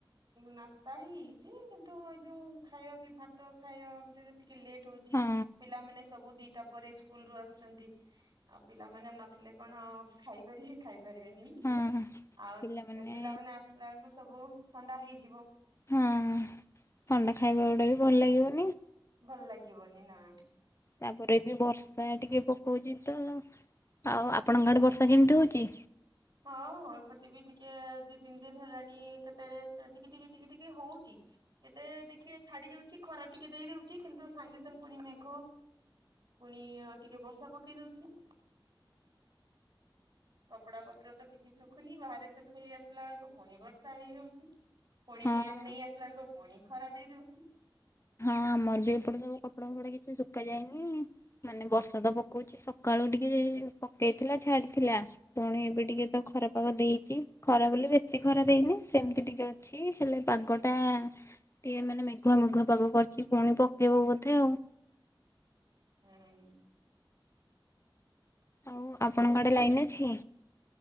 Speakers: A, on the right; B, on the left.
A: ନାସ୍ତା ହିଁ ହେଇଛି କିନ୍ତୁ ଏ ଯୋଉ ଖାଇବା ପିଇବା ଭା ତ ଖାଇବା ଟିକେ ଲେଟ୍ ହଉଛି
B: ହଁ
A: ପିଲାମାନେ ସବୁ ଦିଟା ପରେ ସ୍କୁଲ ରୁ ଆସୁଛନ୍ତି। ଆଉ ପିଲାମାନେ ନଥିଲେ କଣ ଖାଇପାରିବେ ଖାଇପାରିବେନି
B: ହଁ
A: ଆଉ
B: ପିଲାମାନେ
A: ସ୍ ଆସିଲା ବେଳକୁ ସବୁ ଥଣ୍ଡା ହେଇଯିବ।
B: ହଁ ଥଣ୍ଡା ଖାଇବା ଗୁଡା ବି ଭଲ ଲାଗିବନି।
A: ଭଲ ଲାଗିବନି ନା।
B: ତାପରେ ବି ବର୍ଷା ଟିକେ ପକଉଛି ତ ଆଉ ଆପଣଙ୍କ ଆଡେ ବର୍ଷା କେମିତି ହଉଛି?
A: ହଁ ହଁ ଏପଟେ ବି ଟିକେ ଦି ତିନି ଦିନ ହେଲାଣି କେତେବେଳେ ତ ଟିକେ ଟିକେ ଟିକେ ଟିକେ ହଉଛି। କେତେ ଦେଖିବେ ଛାଡି ଯାଉଛି ଖରା ଟିକେ ଦେଇ ଦଉଛି କିନ୍ତୁ ସାଙ୍ଗେ ସାଙ୍ଗେ ପୁଣି ମେଘ। ପୁଣି ଆଉ ଟିକେ ବର୍ଷା ପକେଇ ଦଉଛି। କପଡା ପତ୍ର ତ କିଛି ଶୁଖୁନି ବାହାରେ ଶୁଖେଇ ଆସିଲା ବେଳକୁ ପୁଣି ବର୍ଷା ହେଇଯାଉଛି। ପୁଣି
B: ହଁ।
A: ନେଇ ଆସିଲା ବେଳକୁ ପୁଣି ଖରା ଦେଇଦଉଛି।
B: ହଁ ଆମର ବି ଏପଟେ ସବୁ କପଡା ଫପଡା କିଛି ଶୁଖା ଯାଇନି। ମାନେ ବର୍ଷା ତ ପକଉଛି ସକାଳୁ ଟିକେ ପକେଇଥିଲା ଛାଡିଥିଲା। ପୁଣି ଏବେ ଟିକେ ତ ଖରାପାଗ ଦେଇଛି ଖରା ବୋଲି ବେଶୀ ଖରା ଦେଇନି ସେମିତି ଟିକେ ଅଛି ଅଛି ହେଲେ ପାଗଟା ଟିକେ ମାନେ ମେଘୁଆ ମେଘୁଆ ପାଗ କରିଛି ପୁଣି ପକେଇବ ବୋଧେ ଆଉ।
A: ହୁଁ।
B: ଆଉ ଆପଣଙ୍କ ଆଡେ ଲାଇନ୍ ଅଛି?